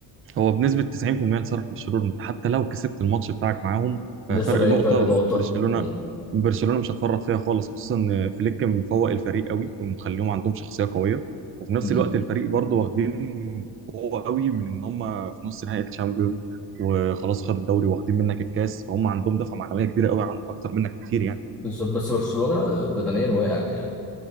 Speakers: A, on the right; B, in the centre.
A: هو بنسبة 90% لصالح برشلونة انت حتى لو كسبت الماتش بتاعك معاهم
B: لسه
A: ففرق
B: باقي
A: نقطة
B: فرق نقطه
A: برشلونة
B: م-
A: برشلونة مش هتفرط فيها خالص خصوصا ان فليك مفوق الفريق قوي ومخليهم عندهم شخصية قوية وفي نفس
B: م-
A: الوقت الفريق برضه واخدين قوة قوي من ان هم في نص نهائي الشامبيون وخلاص خد الدوري واخدين منك الكاس فهم عندهم دفعة معنوية كبيرة قوي عن- اكتر منك كتير يعني
B: بالظبط بس برشلونة آه، بدنيا واقع يعني